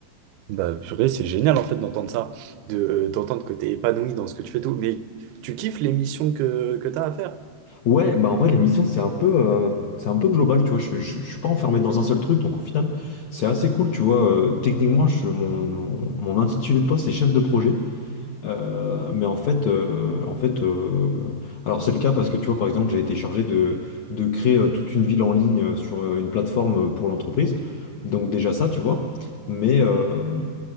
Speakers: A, on the right (about 80°); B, on the left (about 75°).
A: Bah, purée, c'est génial en fait d'entendre ça, de, euh, d'entendre que t'es épanoui dans ce que tu fais tout. Mais tu kiffes les missions que, que t'as à faire?
B: Ouais, bah en vrai, l'émission, c'est un peu, euh, c'est un peu global, tu vois. Je, je, je suis pas enfermé dans un seul truc, donc au final, c'est assez cool, tu vois. Euh, techniquement, je, mon, mon, mon intitulé de poste, c'est chef de projet. Euh, mais en fait, euh, en fait euh, alors c'est le cas parce que tu vois, par exemple, j'ai été chargé de, de créer euh, toute une ville en ligne euh, sur euh, une plateforme euh, pour l'entreprise. Donc déjà ça, tu vois. Mais, euh,